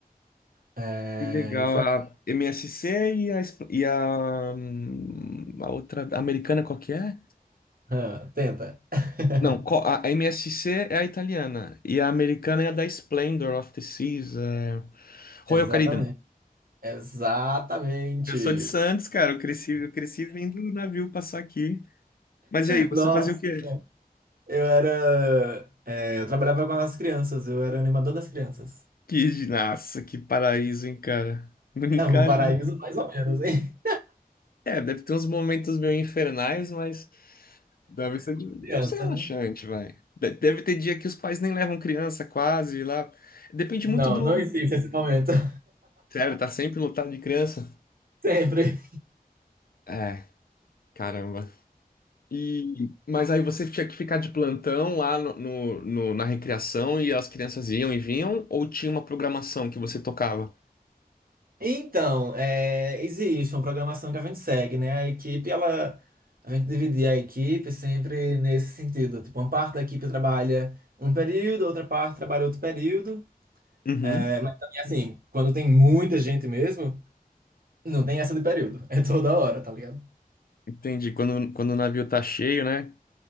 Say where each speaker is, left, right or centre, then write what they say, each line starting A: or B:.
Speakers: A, on the right (about 65°); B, on the left (about 70°).
A: É,
B: Que legal,
A: e foi assim.
B: a MSC e a, esp- e a, hum, a outra a americana qual que é?
A: Ah, Tenta. <laughs>
B: Não, co- a a MSC é a italiana e a americana é a da Splendor of the Seas, é... Royal
A: Exatamente.
B: Caribbean.
A: Exatamente.
B: Eu sou de Santos, cara, eu cresci, eu cresci vendo o navio passar aqui. Mas e aí, você
A: Nossa,
B: fazia o quê?
A: eu era. é, eu trabalhava com as crianças, eu era animador das crianças.
B: Que, nossa, que paraíso, hein, cara? Brincar
A: É um paraíso mais ou menos, hein?
B: É, deve ter uns momentos meio infernais, mas deve ser,
A: <laughs> Criança,
B: deve ser relaxante,
A: né?
B: vai. De- Deve ter dia que os pais nem levam criança quase lá. Depende
A: Não,
B: muito do.
A: não existe esse momento. <laughs>
B: Sério, tá sempre lotado de criança?
A: Sempre.
B: É, caramba. E, mas aí você tinha que ficar de plantão lá no, no- no- na recreação e as crianças iam e vinham? Ou tinha uma programação que você tocava?
A: Então, é, existe uma programação que a gente segue, né? A equipe, ela, a gente dividia a equipe sempre nesse sentido. Tipo, uma parte da equipe trabalha um período, outra parte trabalha outro período.
B: Uhum,
A: É, mas também, assim, quando tem muita gente mesmo, não tem essa de período. É toda hora, tá ligado?
B: entendi. Quando, quando o navio tá cheio, né?